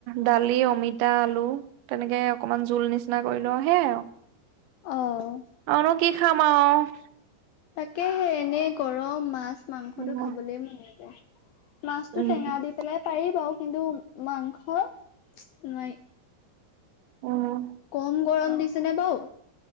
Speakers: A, on the right; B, on the left.
A: দালি অমিতা আলু তেনেকে অকমান জোল নিচিনা কৰি লওঁ সেয়াই আৰু।
B: অ'
A: আৰুনো কি খাম আৰু।
B: তাকে হে এনেই গৰম মাছ মাংসতটো
A: উম,
B: খাবলৈ মন নাযায়। মাছটো
A: উম,
B: টেঙা দি পেলাই পাৰি বাৰু কিন্তু মাংস নোৱাৰি।
A: উম।
B: কম গৰম দিছেনে বাৰু।